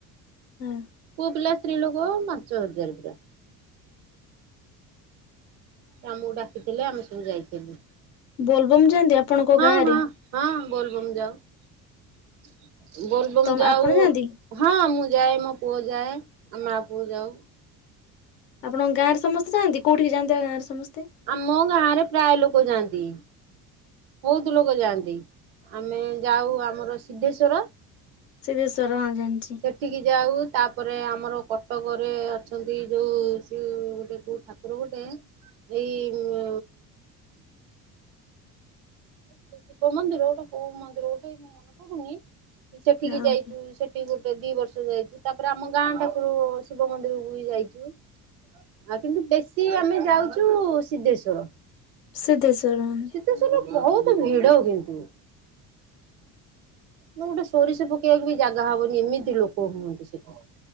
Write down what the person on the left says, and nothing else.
ହଁ।
ବୋଲବମ୍ ଯାଆନ୍ତି ଆପଣଙ୍କ
ଗାଁ
ରେ?
ତ
ଆପଣ ଯାଆନ୍ତି?
ଆପଣଙ୍କ ଗାଁରେ ସମସ୍ତେ ଯାନ୍ତି କୋଉଠିକି ଯାଆନ୍ତି ବା ଗାଁରେ ସମସ୍ତେ?
ସିଦ୍ଧେଶ୍ୱର ହଁ ଜାଣିଚି।
ହଁ
ଓକେ
ସିଦ୍ଧେଶ୍ୱର ଉଁ